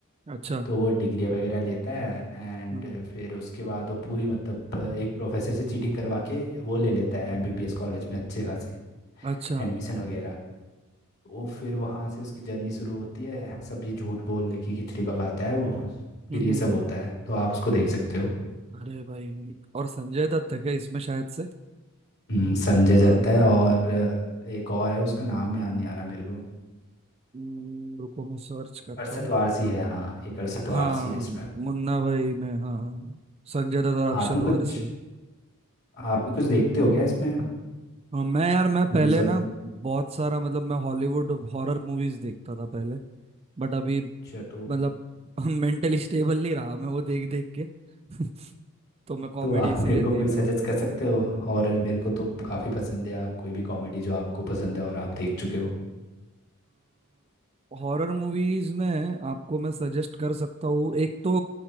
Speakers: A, on the right (about 25°); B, on the left (about 50°).
A: अच्छा
B: तो वो डिग्री वगैरह लेता है एंड
A: हम्म।
B: फिर उसके बाद वो पूरी मतलब एक प्रोफेसर से चीटिंग करवा के वो ले लेता है एमबीबीएस कॉलेज में अच्छे खासे
A: अच्छा
B: एडमिशन वगैरह वो फिर वहाँ से उसकी जर्नी शुरू होती है सब ये झूठ बोलने की खिचड़ी पकाता है वो फिर
A: हम्म
B: ये सब होता है तो आप उसको देख सकते हो
A: अरे भाई और संजय दत्त है क्या इसमें शायद से
B: हम्म, संजय दत्त
A: हाँ
B: है और एक और है उसका नाम याद नहीं आ रहा मेरे को
A: हम्म, रुको मैं सर्च करता
B: अरशद
A: हूँ
B: वारसी है हाँ एक अरशद वारसी
A: हाँ
B: है इसमें
A: मुन्ना भाई में हाँ हाँ, हाँ। संजय दत्त और
B: आप
A: अरशद
B: भी
A: वारसी
B: कुछ आप भी कुछ देखते हो क्या इसमें
A: हाँ मैं यार मैं
B: मूवीज
A: पहले
B: वगैरह
A: ना बहुत सारा मतलब मैं हॉलीवुड हॉरर मूवीज देखता था पहले बट अभी
B: अच्छा तो
A: मतलब <laughs> मेंटली स्टेबल नहीं रहा मैं वो देख देख के <laughs> तो मैं कॉमेडी
B: तो आप
A: इसीलिए
B: <laughs> मेरे को
A: देख
B: कोई सजेस्ट
A: रहा हूँ
B: कर सकते हो हॉरर मेरे को तो काफ़ी पसंद है या कोई भी कॉमेडी जो आपको पसंद है और आप देख चुके हो
A: हॉरर मूवीज में आपको मैं सजेस्ट कर सकता हूँ एक तो